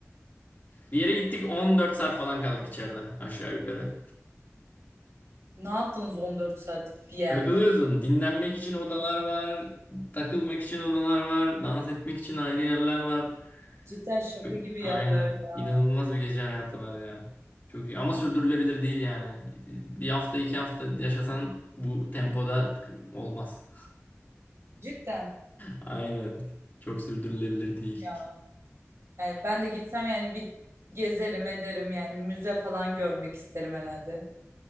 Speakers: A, on the left; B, on the right.
A: Bir yere gittik 14 saat falan kaldık içeride aşağı yukarı.
B: Ne yaptınız 14 saatlik bir yerde?
A: Takılıyorsun. Dinlenmek için odalar var. Takılmak için odalar var. Dans etmek için ayrı yerler var.
B: Cidden şaka
A: Çok-
B: gibi
A: Aynen.
B: yerler ya.
A: İnanılmaz bir gece hayatı var ya. Çok iyi. Ama sürdürülebilir değil yani. Bir hafta iki hafta yaşasan bu tempoda olmaz.
B: Cidden
A: Aynen. Çok sürdürülebilir değil.
B: ya. Yani ben de gitsem yani bir gezerim ederim yani müze falan görmek isterim herhalde.